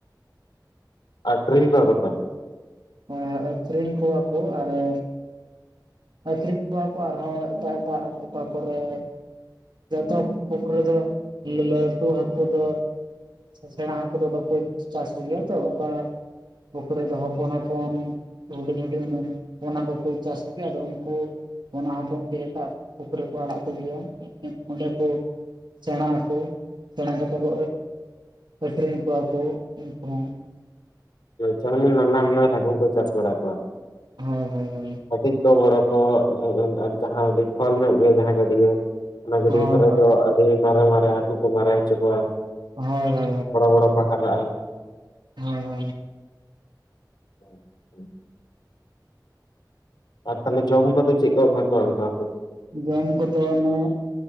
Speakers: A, on the left; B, on the right.
A: ᱟᱠᱷᱨᱤᱧ ᱠᱚᱣᱟ ᱠᱚ ᱛᱚ?
B: ᱦᱳᱭ ᱦᱳᱭ ᱟᱠᱷᱨᱤᱧ ᱠᱚᱣᱟ ᱠᱩ ᱟᱨᱚ ᱟᱠᱷᱨᱤᱧ ᱠᱚᱣᱟ ᱠᱚ ᱟᱨᱦᱚᱸ ᱮᱴᱟᱜ ᱮᱴᱟᱜ ᱚᱠᱟ ᱠᱚᱨᱮ ᱡᱚᱛᱚ ᱯᱩᱠᱷᱨᱤ ᱫᱚ ᱞᱟᱻᱞᱟᱹᱴᱩ ᱦᱟᱹᱠᱩ ᱫᱚ ᱥᱮᱬᱟ ᱦᱟᱹᱠᱩ ᱫᱚ ᱵᱟᱠᱚ ᱪᱟ-ᱪᱟᱥ ᱠᱚ ᱜᱮᱭᱟ ᱛᱚ, ᱚᱠᱟ ᱯᱩᱠᱷᱨᱤ ᱫᱚ ᱦᱚᱯᱚᱱ ᱦᱚᱯᱚᱱ ᱦᱩᱰᱤᱧ ᱦᱩᱰᱤᱧ ᱯᱚᱱᱟ ᱠᱚᱠᱚ ᱪᱟᱥ ᱟᱫᱚ ᱩᱱᱠᱩ ᱯᱚᱱᱟ ᱦᱚᱯᱚᱱ ᱜᱮ ᱮᱴᱟᱜ ᱯᱩᱠᱷᱨᱤ ᱨᱮ ᱠᱚ ᱟᱲᱟᱜ ᱠᱚᱜᱮᱭᱟ, ᱚᱸᱰᱮ ᱠᱩ ᱥᱮᱬᱟ ᱦᱟᱹᱠᱩ ᱥᱮᱬᱟ ᱠᱟᱛᱮ ᱠᱚ ᱟᱠᱷᱨᱤᱧ ᱠᱚᱣᱟ ᱠᱚ ᱩᱱᱠᱩ ᱦᱚᱸ ᱾
A: ᱛᱟᱦᱚᱞᱮ ᱱᱟᱱᱟ ᱦᱩᱱᱟᱹᱨ ᱦᱟᱹᱠᱩ ᱠᱚ ᱪᱟᱥ ᱵᱟᱲᱟ ᱠᱚᱣᱟ ᱾
B: ᱦᱳᱭ ᱦᱳᱭ ᱦᱳᱭ ᱾
A: ᱠᱟᱹᱴᱤᱡ ᱠᱚ ᱵᱚᱲᱚ ᱠᱚ ᱡᱟ-ᱡᱟᱦᱟᱸ ᱟᱰᱤ ᱠᱷᱚᱞ ᱧᱚᱜ ᱜᱮᱭᱟ, ᱡᱟᱦᱟᱸ ᱜᱟᱹᱰᱭᱟᱹ ᱚᱱᱟ ᱜᱟᱹᱰᱭᱟᱹ
B: ᱦᱳᱭ
A: ᱠᱚᱨᱮ
B: ᱦᱳᱭ
A: ᱫᱚ ᱟᱹᱰᱤ ᱢᱟᱨᱮ ᱢᱟᱨᱮ ᱦᱟᱹᱠᱩ ᱠᱚ ᱢᱟᱨᱮ ᱦᱚᱪᱚ ᱠᱚᱣᱟ ᱾
B: ᱦᱳᱭ ᱦᱚ
A: ᱵᱚᱲᱚ ᱵᱚᱲᱚ ᱠᱚ ᱦᱟᱨᱟᱜ-ᱟ ᱾
B: ᱦᱳᱭ ᱦᱳᱭ ᱾
A: <inaudible> ᱟᱨ ᱛᱟᱦᱚᱞᱮ ᱡᱚᱢ ᱠᱚᱫᱚ ᱪᱮᱫ ᱠᱚ ᱮᱢᱟ ᱠᱚᱣᱟ ᱚᱱᱠᱟ?
B: ᱡᱟᱢ ᱠᱚᱫᱚ ᱚᱱᱮ